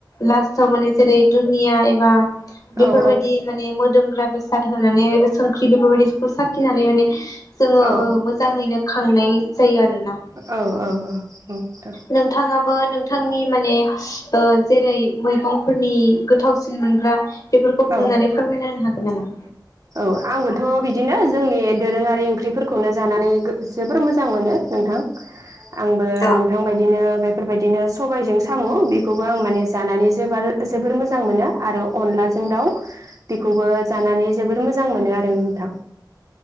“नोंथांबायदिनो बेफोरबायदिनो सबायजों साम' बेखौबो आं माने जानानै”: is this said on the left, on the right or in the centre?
Right